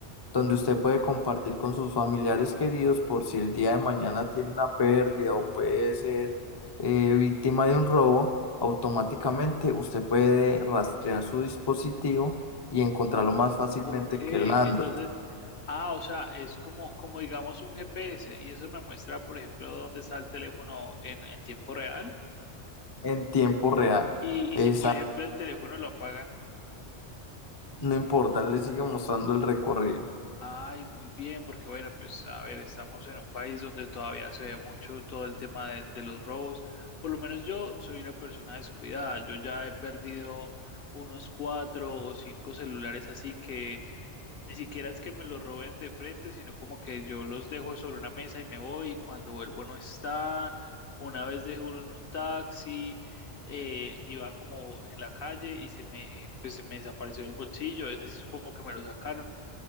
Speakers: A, on the left; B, on the left.
A: donde usted
B: Ok,
A: puede compartir con sus familiares queridos por si el día de mañana tiene una pérdida o puede ser eh, víctima de un robo, automáticamente usted puede rastrear su dispositivo y encontrarlo
B: o-
A: más fácilmente
B: ok,
A: que el Android
B: entonces, ah, o sea, es como, como digamos un GPS y eso me muestra, por ejemplo, dónde está el teléfono en, en tiempo real
A: en tiempo real.
B: y, y
A: Esa
B: si, por ejemplo, el teléfono lo apagan,
A: no importa, él le sigue mostrando el recorrido.
B: ay, muy bien, porque bueno, pues a ver, estamos en un país donde todavía se ve mucho todo el tema de, de los robos, por lo menos yo soy una persona descuidada, yo ya he perdido unos cuatro o cinco celulares así que Ni siquiera es que me los roben de frente, sino como que yo los dejo sobre una mesa y me voy, y cuando vuelvo no están. Una vez dejé uno en un taxi, eh, iba como en la calle y se me, pues, se me desapareció del bolsillo, ese sí supongo que me lo sacaron.